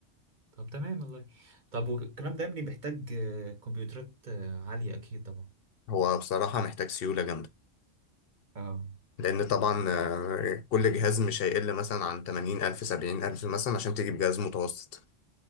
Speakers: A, on the right; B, on the left.
A: طب تمام والله طب والكلام ده يا ابني بيحتاج آه، كمبيوترات آه، عالية اكيد طبعا
B: هو بصراحه محتاج سيوله جامده
A: اه
B: لان طبعا آه، كل جهاز مش هيقل مثلا عن 80000 70000 مثلا عشان تجيب جهاز متوسط